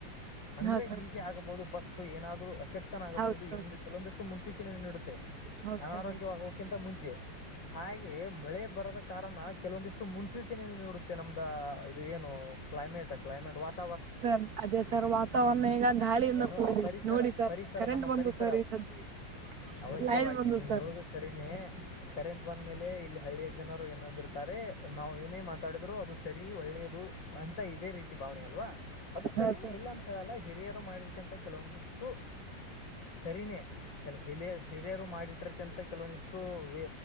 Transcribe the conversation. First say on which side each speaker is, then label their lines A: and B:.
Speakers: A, on the left; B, on the right.
A: ಅಂದ್ರೆ
B: ಹಾ ಸರ್
A: ಹೀಗೆ ಆಗಬಹುದು ಪಫಸ್ಟ್ ಏನಾದ್ರು ಅ ಶಕ್ತನ ಆಗಬಹುದು
B: ಹೌದ್ ಸರ್
A: ಎಂದು ಕೆಲವೊಂದಷ್ಟು ಮುನ್ಸೂಚನೆೆಯ ನೀಡುತ್ತೆ.
B: ಹೌದ್
A: ಅನಾರೋಗ್ಯವಾಗೋಕ್ಕಿಂತ
B: ಸರ್ ಹೌದ್ ಸರ್
A: ಮುಂಚೆ. ಹಾಗೆ ಮಳೆ ಬರದ ಕಾರಣ ಕೆಲವೊಂದಿಷ್ಟು ಮುನ್ಸೂಚನನ್ನು ನೀಡುತ್ತೆ ನಮ್ದ ಇದು ಏನು. ಕ್ಲೈಮೇಟ್ ಕ್ಲೈಮೇಟ್ ವಾತಾ
B: ಸರ್ ಅದೇ ಸರ್ ವಾತಾವರಣ ಈಗ ಗಾಳಿಯಿಂದ
A: ಎನ್ನುವ
B: ಕೂಡಿದೆ
A: ಪರಿಸರ
B: ನೋಡಿ ಸರ್.
A: ಪರಿಸರ
B: ಕರೆಂಟ್
A: ನಮ್ಮ
B: ಬಂದು
A: ಪರಿಸರ.
B: ಸರ್ ಈ ಸದ್ಯ
A: ಅವಶ್ಯವಾಗಿ
B: ಲೈಟ್ ಬಂದು
A: ನೀವು್
B: ಸರ್
A: ಹೇಳುದು ಸರಿನೇ ಕರೆಂಟ್ ಬಂದ್ಮೇಲೆ ಇಲ್ಲಿ ಹಳ್ಳಿಯ ಜನ. ಏನುಂಬಿರ್ತಾರೆ ನಾ್ ಏನೇ ಮಾತಾಡಿದ್ರು ಅದು ಸರಿ ಒಳ್ಳೇದು ಅಂತ ಇದೇ ರೀತಿ ಭಾವನೆ ಅಲ್ವಾ. ಅದು ಸರಿಯೇ
B: ಹಾ ಸರ್
A: ಇಲ್ಲ ಅಂತೇಳಲ್ಲ ಹಿರಿಯರು ಮಾಡಿರ್ಕ್ಕಿಂಥ ಕೆಲವೊಂದಿಷ್ಟು ಸರಿಯೇ. ಕೆಲ ಹಿಲ ಹಿರಿಯರು ಮಾಡಿಟರ್ಕಿಂತ ಕೆಲವೊಂದಿಷ್ಟು ವೇ